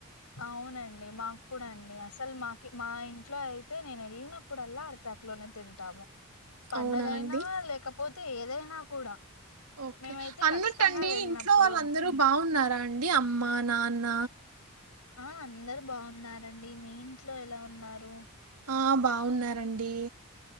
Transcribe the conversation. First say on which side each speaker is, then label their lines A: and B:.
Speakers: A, on the left; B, on the right.
A: అవునండి మా అండి అసలు మాకి మా ఇంట్లో అయితే నేను ఎళ్ళినప్పుడల్లా అరిటాకు లోనే తింటాము పండగైనా
B: అవునా అండి
A: లేకపో తే ఏదైనా కూడా
B: ఓకే
A: మేమైతే
B: అన్నట్టండి
A: ఖచ్చితంగా వెళ్ళినప్పుడు
B: ఇంట్లో వాళ్ళందరూ
A: హ్మ్.
B: బావున్నారా అండి అమ్మ నాన్న
A: ఆ అందరు బావున్నారండి మీ ఇంట్లో ఎలా ఉన్నారు
B: ఆ బాగున్నారండి